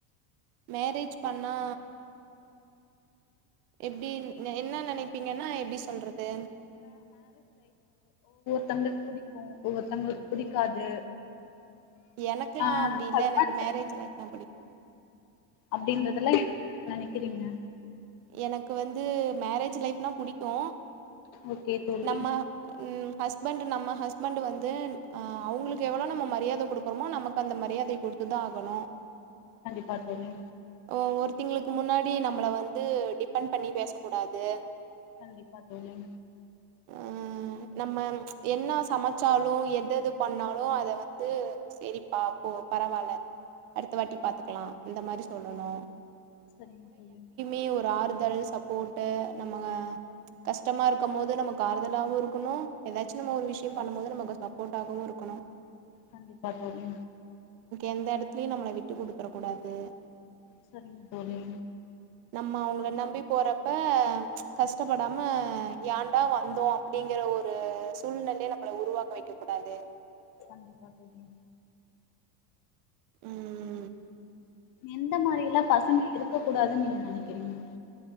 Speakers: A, on the right (about 60°); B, on the left (about 40°).
A: மேரேஜ் பண்ணா எப்டின் <unintelligible> என்ன நினைப்பீங்கன்னா எப்டி சொல்றது
B: த்தங்களுக்கு புடிக்கும் ஒவ்வொருத்தங்களுக்கு புடிக்காது
A: எனக்கெல்லாம்
B: ஆ
A: அப்டி இல்ல
B: ஹஸ்பண்ட்ஸ்
A: எனக்கு மேரேஜ் லைஃப் தான் புடிக்
B: அப்படின்றதெல்லா <inaudible> நினைக்கிறீங்க
A: எனக்கு வந்து மேரேஜ் லைஃப்னா புடிக்கும்
B: ஓகே தோழி
A: நம்ம உம்ம் ஹஸ்பண்டு நம்ம ஹஸ்பண்டு வந்து அஹ் அவுங்களுக்கு எவ்வளோ நம்ம மரியாதை குடுக்குறோமோ நமக்கு அந்த மரியாதைய குடுத்துதான் ஆகணும்
B: கண்டிப்பா தோழி
A: ஒவ்வொருத்திங்களுக்கு முன்னாடி நம்மள வந் வந்து டிபென்ட் பண்ணி பேசக்கூடாது
B: கண்டிப்பா தோழி
A: அஹ் நம்ம ப்ச் என்ன சமைச்சாலும் எந்த இது பண்ணாலும் அத வந்து செரிப்பா போ பரவால்ல அடுத்த வாட்டி பாத்துக்கலாம் இந்த மாதிரி சொல்லணும்
B: சரிங்க தெரியுங்க
A: இப்படி ஒரு ஆறுதல் சப்போர்ட் ட்டு நம்ம கஷ்டமா இருக்கும் போது நமக் ஆறுதலாவும் இருக்கணும் ஏதாச்சும் நம்ம ஒரு விஷயம் பண்ணும் போது நமக்கு சப்போர்ட்டாகவும் இருக்கணும்.
B: கண்டிப்பா தோழி
A: எந்த எடத்துலயும் நம்மள விட்டு குடுத்துரக் கூடாது
B: சரிங்க தோழி
A: நம்ம அவுங்கள நம்பி போறப்ப ச் கஷ்டப்படாம ஏண்டா வந்தோம் அப்படிங்கிற ஒரு சூழ்நிலையை நம்மள உருவாக்க வைக்கக் கூடாது
B: கண்டிப்பா புரியுது
A: உம் உம்
B: எந்த மாரியெல்லாம் பசங்க இருக்- க்கக் கூடாதுன்னு நீங்க நெனைக்கிறீங்க